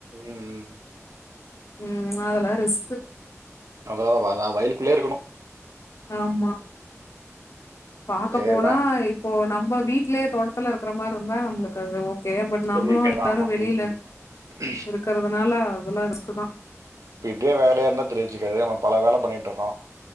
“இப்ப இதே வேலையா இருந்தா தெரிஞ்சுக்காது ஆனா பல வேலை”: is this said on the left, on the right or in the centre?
Right